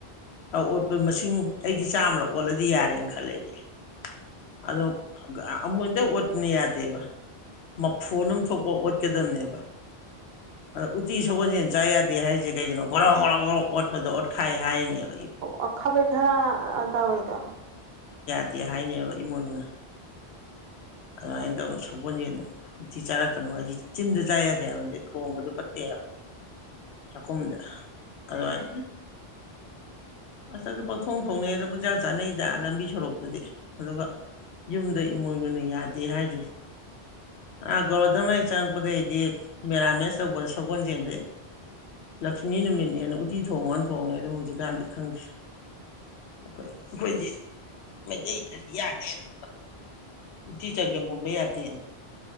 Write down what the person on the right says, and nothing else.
ꯑꫭ ꯈꯥꯕꯩ ꯈꯔ ꯑ ꯇꯋꯦꯗ